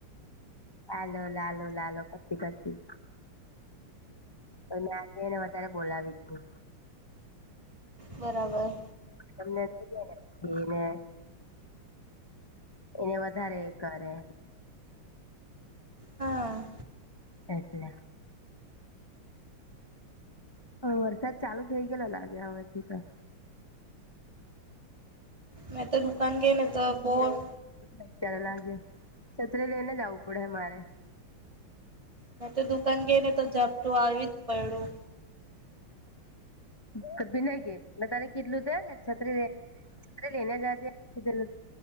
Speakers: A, on the left; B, on the right.
A: લાલો લાલો લાલો કરતી કરતી. તો મેં આજ એને વધારે બોલાવી હતી.
B: બરાબર.
A: તમને <unintelligible> વ્યક્તિ ને એને વધારે કરે.
B: હા.
A: એટલે વરસાદ ચાલુ થઈ ગયેલો લાગે હમાંથી તો
B: મે તો દુકાન ગય તો બોટ
A: અત્યારે લાગે છતરે લઈને આવુ પડે અમારે
B: મે તો દુકાન ગઈ ને તો ઝપટું આવી જ પડ્યું.
A: હ હ ભીનય ગઈ બધાને કેટલું ત છત્રી છત્રી લઈને જજેધે